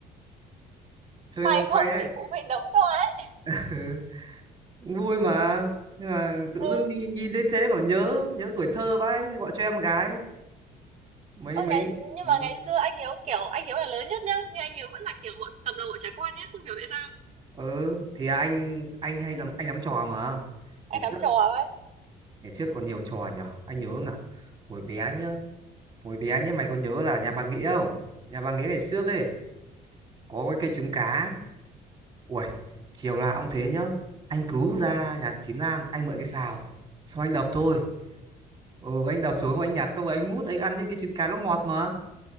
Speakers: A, on the right; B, on the right.
A: chơi
B: May
A: cho con quay
B: không
A: ấy
B: bị phụ huynh đấm cho ấy.
A: <laughs> vui mà nhưng mà tự
B: Ừ.
A: dưng đi nhìn thấy thế bảo nhớ nhớ tuổi thơ vãi gọi cho em một gái mấy
B: Ôi,
A: mấy
B: ngày, nhưng
A: ừ.
B: mà ngày xưa anh Hiếu kiểu anh Hiếu là lớn nhất nhá nhưng anh Hiếu vẫn là kiểu bọn cầm đầu bọn trẻ con nhé không hiểu tại sao
A: ừ thì anh anh hay lắm anh lắm trò mà
B: anh
A: ngày trước
B: nắm trò ấy
A: ngày trước còn nhiều trò nhở anh nhớ không nào hồi bé nhá hồi bé nhá mày có nhớ là nhà bà Nghĩa không nhà bà Nghĩa ngày trước ấy có cái cây trứng cá ui chiều là cũng thế nhá anh cứ ra nhà Thím Lan anh mượn cái xào xong anh đập thôi ừ anh đập xuống anh nhặt xong rồi anh mút anh ăn ấy, cái trứng cá nó ngọt mà